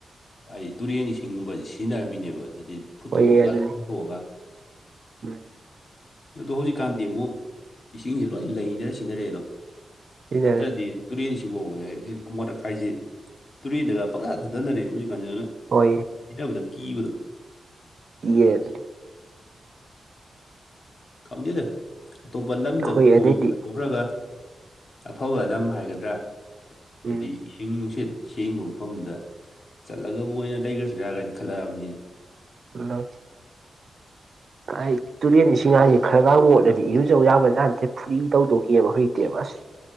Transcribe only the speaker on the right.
ꯍꯣꯏꯌꯦ ꯑꯗꯨꯅꯤ
ꯎꯝ
ꯁꯤꯖꯤꯟꯅꯔꯦ
ꯍꯣꯏ
ꯌꯦꯠ
ꯍꯣꯏ
ꯑꯗꯩꯗꯤ
ꯎꯝ
ꯍꯜꯂꯣ ꯀ ꯇꯨꯔꯦꯟ ꯏꯁꯤꯡꯅꯥꯥꯡꯁꯤ ꯈꯔꯒ ꯃꯣꯠꯂꯗꯤ ꯏꯔꯨ ꯆꯧ ꯌꯥꯝꯕ ꯖꯥꯠꯅꯠꯇꯦ ꯐꯨꯔꯤ ꯇꯧꯗꯧꯒꯦꯕ ꯍꯧꯖꯤꯛꯇꯤ ꯑꯕꯁ